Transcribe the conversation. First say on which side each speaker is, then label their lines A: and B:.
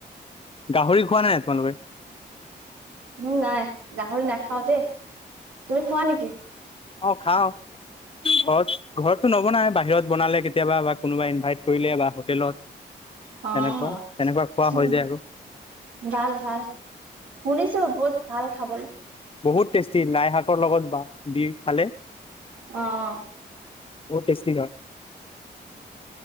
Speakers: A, on the left; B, on the right.
A: গাহৰি খোৱানে নাই তোমালোকে?
B: উম, নাই। গাহৰি নাখাওঁ দেই। তুমি খোৱা নেকি?
A: অহ, খাওঁ। অহ, ঘৰত-ঘৰতটো নবনাই বাহিৰত বনালে কেতিয়াবা বা কোনোবা ইনভাইট কৰিলে বা হোটেলত। তেনেকুৱা
B: অহ',
A: তেনেকুৱা খোৱা হৈ
B: উম'।
A: যায় আৰু
B: ভাল-ভাল শুনিছোঁ বহুত ভাল খাবলে।
A: বহুত টেষ্টি লাই শাকৰ লগত বা দি খালে।
B: অহ।
A: বহুত টেষ্টি গা